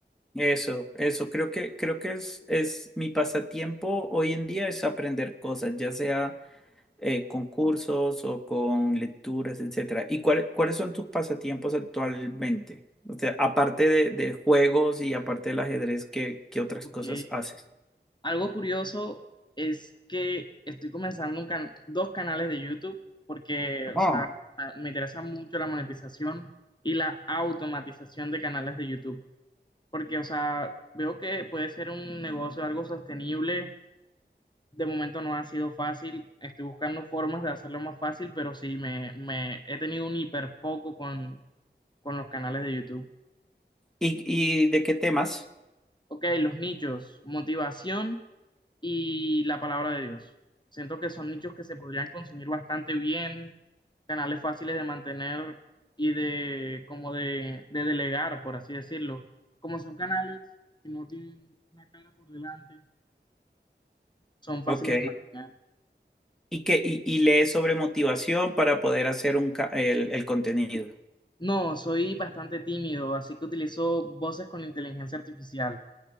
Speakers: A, in the centre; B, on the left (about 25°).
A: Eso, eso, creo que, creo que es, es mi pasatiempo hoy en día es aprender cosas, ya sea eh, con cursos o con lecturas, etcétera. ¿Y cuál- cuáles son tus pasatiempos actualmente? O sea, aparte de, de juegos y aparte del ajedrez, ¿qué, qué otras
B: Ok.
A: cosas haces?
B: Algo curioso es que estoy comenzando un can- dos canales de YouTube porque, o
A: Oh.
B: sea, me interesa mucho la monetización y la automatización de canales de YouTube. porque, o sea, veo que puede ser un negocio algo sostenible. De momento no ha sido fácil. Estoy buscando formas de hacerlo más fácil, pero sí, me, me he tenido un hiperfoco con, con los canales de YouTube.
A: ¿Y, y de qué temas?
B: Ok, los nichos, motivación y la palabra de Dios. Siento que son nichos que se podrían consumir bastante bien, canales fáciles de mantener y de como de, de delegar, por así decirlo. Como son canales que no tienen una cara por delante, son fáciles
A: Ok.
B: de imaginar.
A: ¿Y qué, y, y lees sobre motivación para poder hacer un, ca- el, el contenido?
B: No, soy bastante tímido, así que utilizo voces con inteligencia artificial.